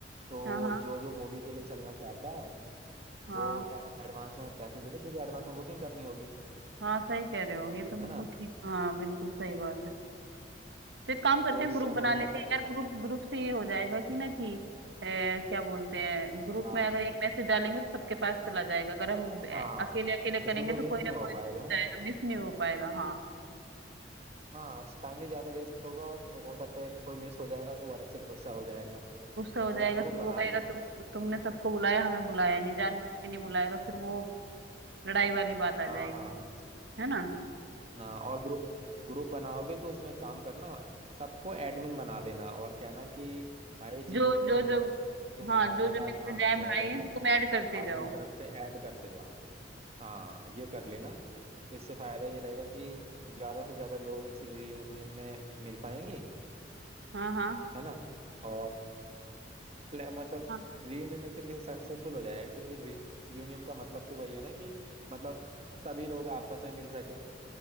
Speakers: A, on the right; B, on the right.
A: तो
B: हाँ हाँ
A: जो जो मूवी के लिए चलना चाहता है
B: हाँ
A: वो ए- एडवांस में पैसे दे दे क्योंकि एडवांस में बुकिंग करनी होगी
B: हाँ सही कह रहे हो ये तो
A: है
B: बिल्कुल
A: ना
B: ठीक हाँ बिल्कुल सही बात है तो एक काम करते
A: तो
B: हैं
A: इससे
B: ग्रुप
A: हमें
B: बना
A: ये
B: लेते
A: पता
B: हैं
A: चल
B: यार
A: जाएगा
B: ग्रुप ग्रुप से ये हो जाएगा कि ना कि ए, क्या बोलते हैं ग्रुप
A: हाँ
B: में अगर एक मैसेज डालेंगे तो सबके पास चला जाएगा अगर हम
A: हाँ
B: अकेले अकेले करेंगे
A: इसमें कोई
B: तो कोई
A: मिस
B: ना
A: नहीं हो
B: कोई
A: पाएगा
B: छूट
A: है
B: जाएगा
A: ना
B: मिस नहीं हो पाएगा हाँ
A: हाँ टाइम भी ज्यादा वेस्ट होगा और हो सकता है कोई मिस हो जाएगा तो वो अलग से गुस्सा हो जाएगा
B: गुस्सा
A: तो
B: हो जाएगा
A: ग्रुप
B: फिर
A: बना
B: वो कहेगा
A: दो तो
B: तुम तुमने सबको बुलाया हमें बुलाया नहीं जानबूझ के नहीं बुलाएगा फिर वो लड़ाई वाली बात आ
A: हाँ
B: जाएगी
A: हाँ हाँ।
B: है ना
A: हाँ और ग्रुप ग्रुप बनाओगे तो उसमें काम करना सबको एडमिन बना देना और कहना कि भाई जिन
B: जो
A: जिन के
B: जो
A: नंबर
B: जो
A: तुम
B: हाँ
A: हमारे
B: जो जो
A: पास
B: मिलते
A: हाँ
B: जाए भाई
A: रह गए
B: हैं
A: हैं
B: तो तुम ऐड करते
A: अपनी
B: जाओ
A: तरफ से ऐड करते जाओ हाँ ये कर लेना तो इससे फायदा ये रहेगा कि ज्यादा से ज्यादा लोग इस रियूनियन में मिल पाएंगे
B: हाँ
A: है ना और प्ले- मतलब
B: हाँ
A: रियूनियन एक तरीके से सक्सेसफुल हो जाएगा क्योंकि रियूनियन का मतलब तो वही है ना कि मतलब सभी लोग आपस में मिल सके